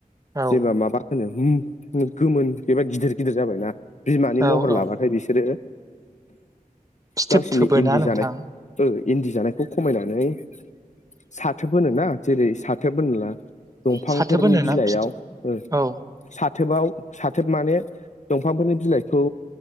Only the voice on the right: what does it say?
औ
औ
औ
फिथोब
थोबोना
नोंथां
फाथोबो होनोना
फिथो
औ